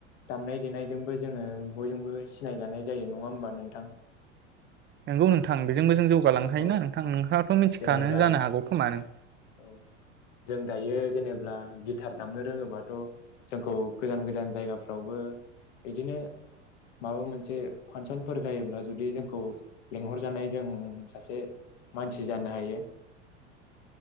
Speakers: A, on the left (about 65°); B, on the right (about 30°).
A: दामनाय देनायजोंबो जोङो बयजोंबो सिनायजानाय जायो नङा होमबा नोंथां?
B: नंगौ नोंथां बेजोंबो जों जौ जौगा लांनो हायो
A: औ
B: ना नोंथां नोंथाङाथ' मिथिखानो
A: जेनेबा
B: जानो हागौ खोमा नों
A: औ जों दायो जेनेबा गिटार दामनो रोङोबाथ' जों खौ गोजान गोजान जायगाफ्रावबो बिदिनो माबा मोनसे फांसनफोर जायोब्ला जुदि जोंखौ लेंहर जानाय जों सासे मानसि जानो हायो ।